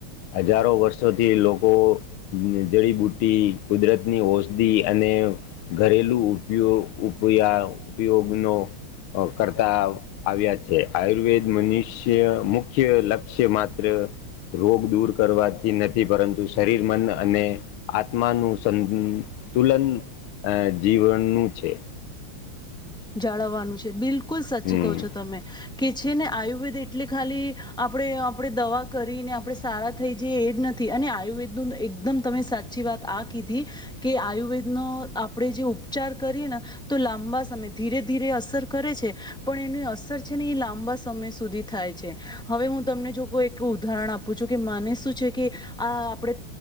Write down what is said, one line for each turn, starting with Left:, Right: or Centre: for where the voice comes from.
Left: હજારો વર્ષોથી લોકો જડીબુટી, કુદરતની ઔષધિ અને ઘરેલું. ઉપયો, ઉપયાવ ઉપયોગનો અ કરતાં. આવ્યા છે, આયુર્વેદ મનુષ્ય મુખ્ય લક્ષ્ય માત્ર. રોગ દૂર કરવાથી નથી, પરંતુ શરીર, મન અને આત્માનું સંતુલન જીવનનું છે.
Centre: જાળવવાનું છે, બિલકુલ, સાચી
Left: હમ
Centre: કહો છો તમે. કે છે ને, આયુર્વેદ એટલે ખાલી આપણે આપણે દવા કરીને, આપણે સારા થઈ જઈએ એ જ નથી. થી અને આયુર્વેદનું, એકદમ, તમે સાચી વાત આ કીધી. કે આયુર્વેદનો આપણેે જે ઉપચાર કરીએ ને, તો લાંબા સમય ધીરે ધીરે અસર કરે છે, પણ એની અસર છે ને, એ લાંબા સમય સુધી થાય છે. હવે હું તમને જો કોઈ એક ઉદાહરણ આપું છું કે, માને શું છે કે, આ આપણે